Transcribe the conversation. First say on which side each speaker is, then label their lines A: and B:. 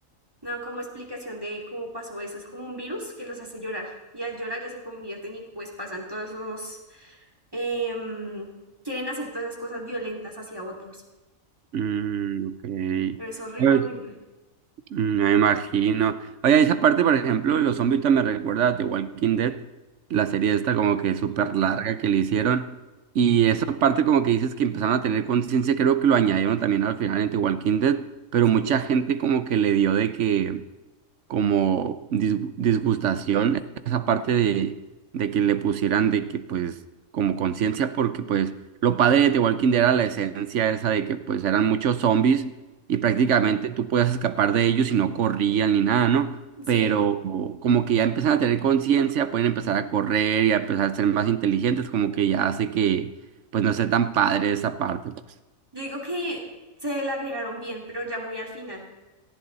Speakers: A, on the right; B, on the right.
A: No, dan como explicación de cómo pasó eso. Es como un virus que los hace llorar. Y al llorar ya se convierten y pues pasan todos esos... em, quieren hacer todas esas cosas violentas hacia otros.
B: Mm, ok.
A: Pero es horrible,
B: Pues,
A: horrible.
B: mm, me imagino. Oye, esa parte, por ejemplo, de los zombies también me recuerda a The Walking Dead, la serie esta como que súper
A: Ujú.
B: larga que le hicieron. Y esa parte como que dices que empezaron a tener conciencia, creo que lo añadieron también al final en The Walking Dead, pero
A: Sí.
B: mucha gente como que le dio de que... como dis- disgustación esa parte de, de que le pusieran de que pues como conciencia porque pues lo padre de The Walking Dead era la esencia esa de que pues eran muchos zombies y prácticamente
A: Ujú.
B: tú podías escapar de ellos y no corrían ni nada, ¿no?
A: Sí,
B: Pero como que ya empiezan a tener conciencia, pueden empezar a correr y a empezar a ser más inteligentes, como que ya hace que pues no sea tan padre esa parte, pues.
A: yo digo que se la agregaron bien, pero ya muy al final,